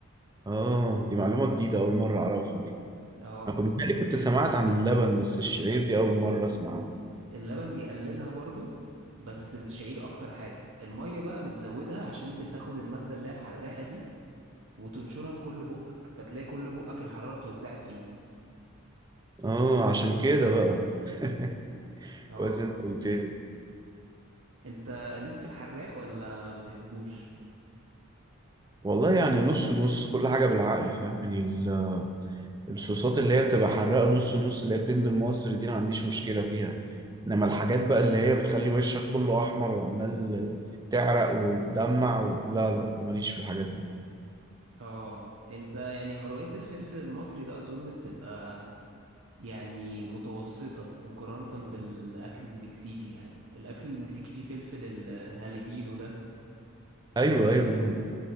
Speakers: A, on the right; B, on the right.
A: اه دي معلومه جديده اول مره اعرفها دي
B: اه
A: انا كنت بيتهيألي كنت سمعت عن اللبن بس الشعير دي اول مره اسمع عنه
B: اللبن بيقللها برضو بس الشعير اكتر حاجة المية بقى بتزودها عشان بتاخد المادة اللي هي الحراقة دي وتنشرها في كل بقك فتلاقي كل بقك الحرارة اتوزعت فيه
A: اه عشان كده بقى <laughs>
B: اه
A: كويس انت قلت لي
B: انت ليك في الحراق ولا ما بتحبوش
A: والله يعني نص نص كل حاجه بالعقل فاهم يعني ال- الصوصات اللي هي بتبقى حراقه نص نص اللي هي بتنزل مصر دي انا ما عنديش مشكله فيها انما الحاجات بقى اللي هي بتخلي وشك كله احمر وعمال تعرق وتدمع و... لا لا ماليش في الحاجات دي
B: اه انت يعني هراءة الفلفل المصري ده اظن بتبقى يعني متوسطة مقارنة بالأكل المكسيكي يعني الأكل المكسيكي فيه فلفل الهاليبينو ده ده
A: ايوه
B: حرقته
A: ايوه